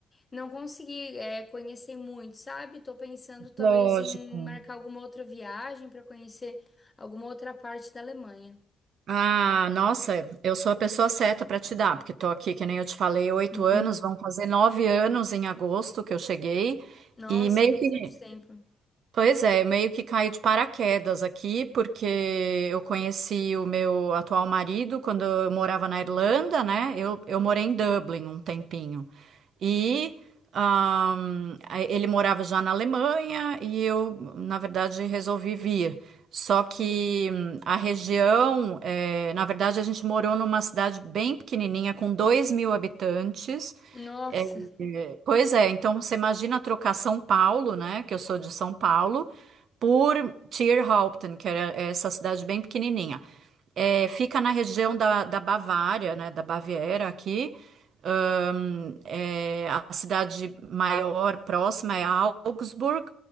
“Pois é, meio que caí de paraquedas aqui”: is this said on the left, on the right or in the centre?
Right